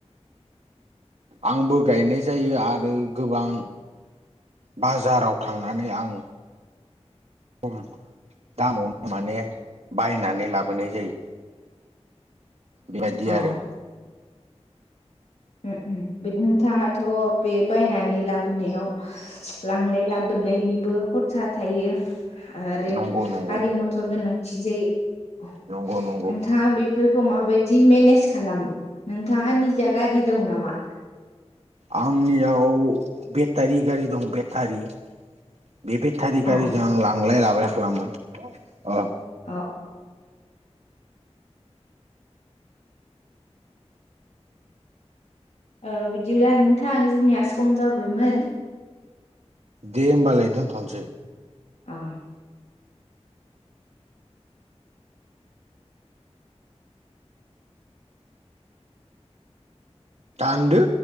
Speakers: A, on the right (about 60°); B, on the left (about 70°).
A: आंबो गायनाय जायो आरो गोबां बाजाराव थांनानै आं खम दामावनो माने बायनानै लाबोनाय जायो। बेबायदि
B: अ
A: आरो
B: <inaudible> नोंथाङाथ' बे बायनानै लाबोनायाव लांलाय लाबोनलायनिबो खरसा थायो आरो
A: नंगौ नंगौ
B: गारि मथर गोनांथि जायो
A: नंगौ नंगौ
B: नोंथाङा बे खौ माबायदि मेनेज खालामो नोंथाङा निजा गारि दं नामा
A: आंनियाव बेटारि गारि दं बेटारि बे बेटारि
B: अ
A: गारिजों आं लांलाय लाबोलाय खालामो अ
B: अ अ ओ बिदिब्ला नोंथां जोंनिया सम जाबायमोन
A: दे होमबालाय दोनथ'नोसै
B: औ
A: दानदो